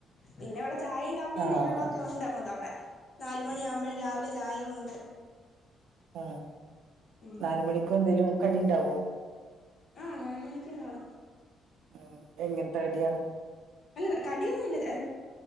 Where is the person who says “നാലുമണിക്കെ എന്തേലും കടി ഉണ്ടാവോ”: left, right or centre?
Right